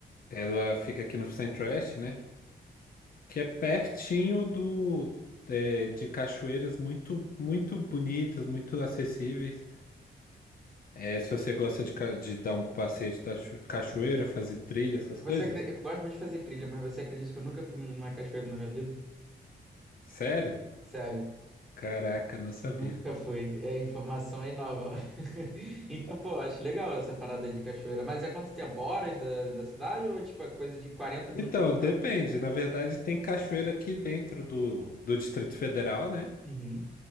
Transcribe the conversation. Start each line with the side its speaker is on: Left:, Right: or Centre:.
Left: ela fica aqui no Centro-Oeste, né? Que é pertinho do é, de cachoeiras muito, muito bonitas, muito acessíveis. É, se você gosta de, ca- de dar um passeio de tacho- cachoeira, fazer trilha, essas
Centre: Você
Left: coisas.
Centre: acre... Eu gosto muito de fazer trilha, mas você acredita que eu nunca fui numa cachoeira na minha vida?
Left: Sério?
Centre: Sério,
Left: Caraca, não sabia.
Centre: nunca fui. É a informação aí nova. <laughs> Então, pô, acho legal essa parada de cachoeira. Mas é quanto tempo? Horas da, da cidade ou tipo é coisa de 40 minutinhos
Left: Então,
Centre: de carro?
Left: depende. Na verdade, tem cachoeira aqui dentro do, do Distrito Federal, né?
Centre: Uhum.